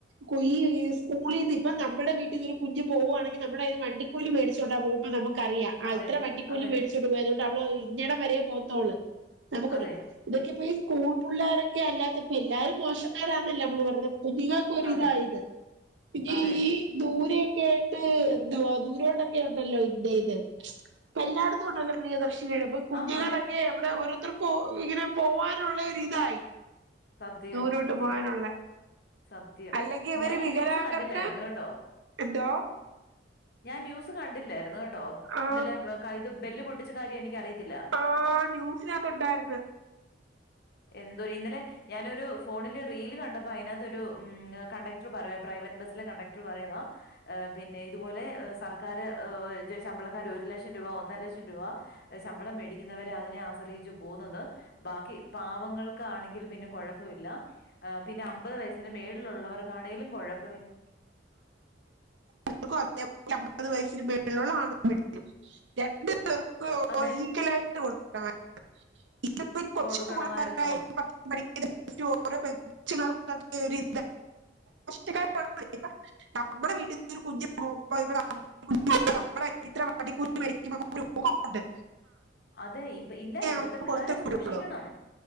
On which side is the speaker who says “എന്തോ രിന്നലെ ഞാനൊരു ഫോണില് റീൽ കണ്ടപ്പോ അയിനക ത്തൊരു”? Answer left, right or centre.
Left